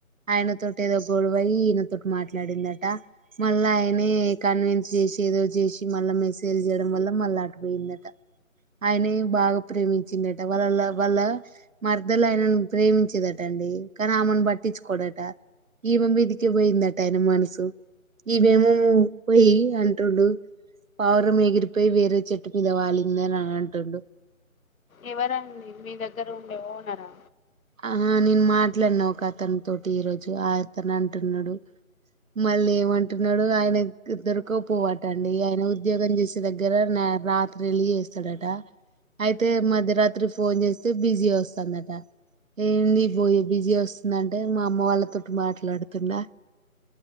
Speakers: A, on the right (about 65°); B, on the left (about 75°).
A: ఆయనతోటి ఏదో గొడవయి ఈయనతోటి మాట్లాడిందట మళ్ళా ఆయనే కన్విన్స్ మీసేజ్ ఏదో చేసి మళ్ళా మెసేజలు చేయడం వల్ల మళ్ళీ ఆటపోయిందట ఆయనే బాగా ప్రేమించిండట వాళ్ వాళ్ళ మరదల్ ఆయనను ప్రేమించేదట అండి కానీ ఆమెను బట్టి ట్టించుకోడట ఈమె మీదికే పోయిందట అయిన మనసు ఇదేమో పోయి అంటుడు పావురం ఎగిరిపోయి వేరే చెట్టు మీద వాలిందని అని అంటుడు
B: ఎవరండి మీ దగ్గర ఉండే ఓనరా
A: ఆహా నేను మాట్లాడినా ఒక అతని తోటి ఈ రోజు అతను అంటున్నాడు మళ్ళీ ఏమంటున్నాడు ఆయన దొరకపోవాటండి ఆయన ఉద్యోగం చేసే దగ్గర రాత్రి వెళ్ళి చేస్తాడట అయితే మధ్యరాత్రి ఫోన్ చేస్తే బిజీ వస్తందట ఏంది బోయి బిజీ వస్తుంద అంటే మా అమ్మ వాళ్ళతో మాట్లాడుతున్న